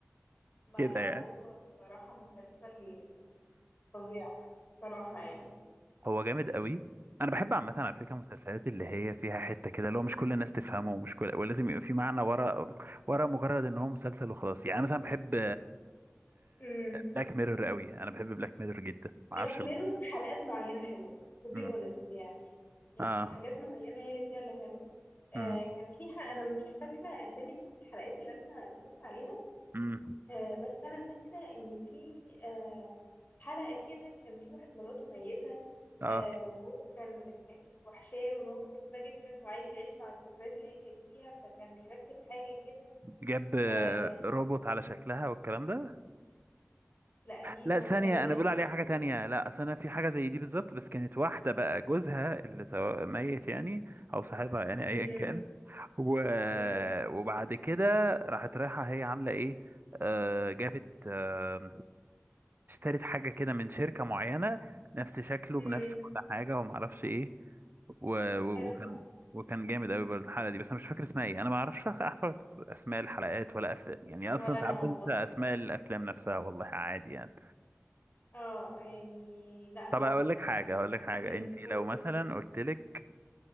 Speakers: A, on the left; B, on the right.
A: ما
B: كده يعني
A: هو بصراحة مسلسل فظيع بصراحة يعني
B: هو جامد قوي انا بحب عامه على فكره المسلسلات اللي هي فيها حته كده لو مش كل الناس تفهمه ومش كل ولازم يبقى في معنى ورا ورا مجرد ان هو مسلسل وخلاص يعني أنا مثلا بحب
A: امم
B: بلاك ميرور قوي انا بحب بلاك ميرور جدا ما
A: بلاك
B: اعرفش
A: ميرور حلقات معينة حلوة to be
B: امم
A: honest يعني يعني
B: اه
A: حاجات معينة هي اللي فيها اللي حلوة آه
B: امم
A: كان في حلقة أنا مش فاكرة أسامي الحلقات اللي أنا اتفرجت عليها
B: امم
A: آه، بس انا فاكره ان في آه، حلقه كده كان في واحد مراته ميته
B: اه
A: آه، وهو كان ك- كانت وحشاه وان هو كان بيحبها جدا وعايز يعيش مع الذكريات اللي هي كانت فيها فكان بيركب حاجه كده
B: جاب آه،
A: آه،
B: روبوت على شكلها والكلام ده
A: لا دي
B: لا
A: ما
B: ثانية
A: تقالي ما
B: أنا
A: شفتهاش
B: بقول عليها حاجة تانية لا أصل أنا في حاجة زي دي بالظبط بس كانت واحدة بقى جوزها اللي تو- ميت يعني أو صاحبها يعني
A: مم،
B: أيا كان و...
A: مم،
B: وبعد كده راحت رايحة هي عاملة ايه آه جابت آه اشترت حاجة كده من شركة معينة نفس شكله
A: مم.
B: بنفس كل حاجة وما اعرفش ايه و... و...
A: حلو
B: وكان
A: ده
B: وكان جامد قوي برضه الحلقة دي بس انا مش فاكر اسمها ايه انا ما اعرفش احفظ اسماء الحلقات ولا أف... يعني
A: ولا
B: اصلا ساعات
A: انا والله
B: بنسى اسماء الافلام نفسها والله عادي يعني
A: اه يعني لا
B: طب
A: هو
B: هقول لك حاجة
A: آه،
B: هقول لك حاجة
A: مم،
B: انت لو
A: قول
B: مثلا قلت لك